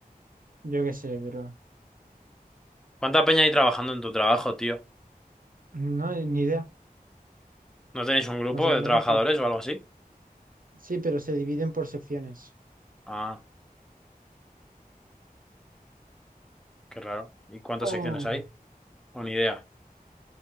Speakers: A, on the right; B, in the centre.
A: yo qué sé, pero,
B: ¿Cuánta peña hay trabajando en tu trabajo, tío?
A: no, ni idea.
B: ¿No tenéis un grupo
A: O sea,
B: de
A: no
B: trabajadores
A: sé cuánto.
B: o algo así?
A: Sí, pero se dividen por secciones.
B: Ah, qué raro. ¿Y cuántas
A: Oh,
B: secciones hay? O ni idea.